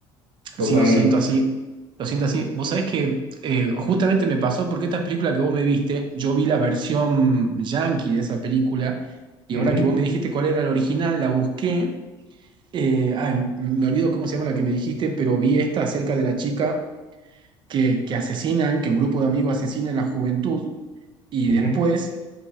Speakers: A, on the right; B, on the right.
A: totalmente,
B: Sí, lo siento así, lo siento así. Vos sabés que eh, justamente me pasó porque esta película que vos me viste, yo vi la versión yankee de esa película, y
A: ujú,
B: ahora que vos me dijiste cuál era la original, la busqué. eh, ay, me olvido cómo se llama la que me dijiste, pero vi esta acerca de la chica que, que asesinan, que un grupo de amigos asesinan a la juventud y
A: ujú,
B: después